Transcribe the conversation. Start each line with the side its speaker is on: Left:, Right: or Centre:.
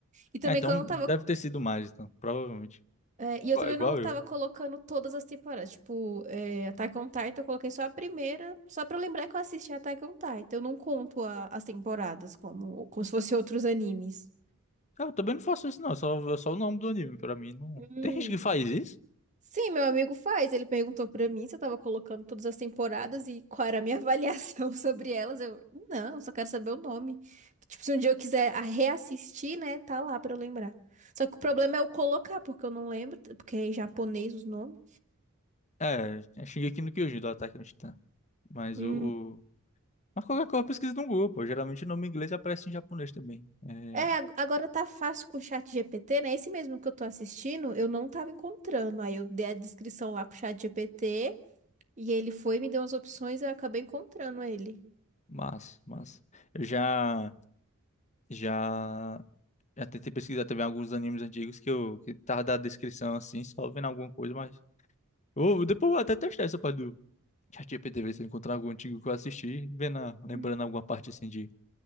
Right: E também
Left: Ah, então,
Right: que eu não
Left: deve
Right: tava.
Left: ter sido mais, então. Provavelmente.
Right: é,
Left: Igual,
Right: e eu também
Left: igual
Right: não tava
Left: eu.
Right: colocando todas as temporadas. Tipo, é, Attack on Titan, eu coloquei só a primeira, só pra eu lembrar que eu assisti Attack on Titan. Eu não conto a- as temporadas como, como se fossem outros animes.
Left: Ah, Eu também não faço isso, não. É Só, é só o nome do anime, pra mim. Não...
Right: Hum.
Left: Tem gente que faz isso?
Right: Sim, meu amigo faz. Ele perguntou pra mim se eu tava colocando todas as temporadas e qual era a minha <laughs> avaliação sobre elas. Eu, não, eu só quero saber o nome. Tipo, se um dia eu quiser a- reassistir, né, tá lá pra eu lembrar. Só que o problema é eu colocar, porque eu não lembro, porque é em japonês os nomes.
Left: É, é Shingeki no Kyojin, do Attack on Titan. Mas
Right: Hum.
Left: o... o- Mas qualquer coisa pesquisa no Google, pô. Geralmente o nome em inglês aparece em japonês também. É...
Right: É, ag- agora tá fácil com o chat GPT, né? Esse mesmo que eu tô assistindo, eu não tava encontrando. Aí eu dei a descrição lá pro chat GPT e ele foi, me deu umas opções e eu acabei encontrando ele.
Left: Mas, mas... Eu já. Já, já tentei pesquisar também alguns animes antigos que eu que tava da descrição assim, só vendo alguma coisa, mas. Ou depois eu vou até testar essa parte do ChatGPT, ver se eu encontrar algum antigo que eu assisti, vendo, a- lembrando
Right: Hum.
Left: alguma parte assim de,